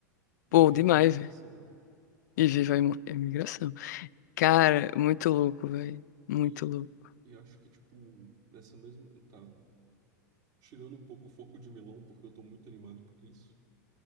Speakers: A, on the right; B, on the left.
A: E
B: Pô,
A: viva
B: demais,
A: a imigração.
B: velho. E viva a imi- a imigração. Cara, muito louco, velho. Muito
A: E,
B: louco.
A: e acho que, tipo, nessa mesma. Tá, tirando um pouco o foco de Milão, porque eu tô muito animado por isso.